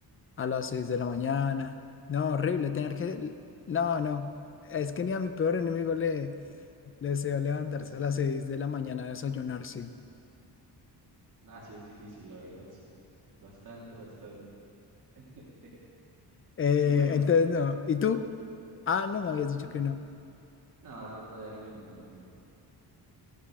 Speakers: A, on the left; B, on the right.
A: a las 6 de la mañana. No, horrible, tener que... No, no, es que ni a mi peor enemigo le, le deseo levantarse
B: ¿Decías
A: a
B: eso?
A: las 6 de la mañana a desayunar, sí.
B: Nah, sí es difícil, la verdad, sí. Bastante, bastante. <laughs>
A: Eh,
B: Y bueno,
A: entonces, no, ¿y tú? Ah, no, me habías dicho
B: eh,
A: que no.
B: nada, ropa de anime no, no tengo.